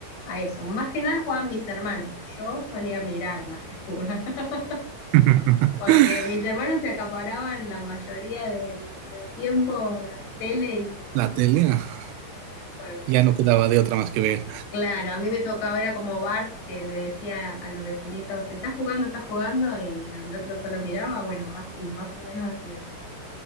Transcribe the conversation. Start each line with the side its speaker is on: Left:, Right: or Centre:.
Left: a eso. Más que nada jugaban mis hermanos. Yo solía mirar más que jugar, <laughs>
Right: <laughs>
Left: porque mis hermanos se acaparaban la mayoría del, del tiempo la tele y,
Right: La tele
Left: y
Right: ah,
Left: el juego.
Right: ya no quedaba de otra más que ver.
Left: Claro, a mí me tocaba, era como Bart que le decía a los vecinitos, está jugando, está jugando, y el otro solo miraba, bueno, así, más o menos así me sentí.